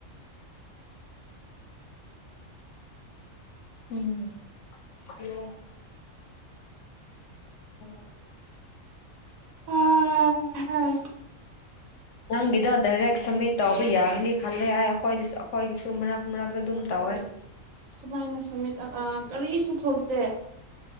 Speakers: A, on the left; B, on the right.
A: <inaudible> <inaudible> ꯎꯝ ꯎꯝ
B: ꯎꯝ
A: ꯅꯪꯒꯤꯗꯣ ꯗꯥꯏꯔꯦꯛ ꯁꯝꯃꯤꯠ ꯇꯧꯕ ꯌꯥꯒꯅꯤ ꯈꯜꯂꯦ ꯑ ꯑꯩꯈꯣꯏꯁꯨ ꯑꯩꯈꯣꯏꯒꯤꯁꯨ ꯃꯔꯛ ꯃꯔꯛꯇ ꯑꯗꯨꯝ ꯇꯧꯋꯦ
B: ꯁꯨꯃꯥꯏꯅ ꯁꯃꯤꯠ ꯀꯔꯤꯁꯨ ꯊꯣꯛꯇꯦ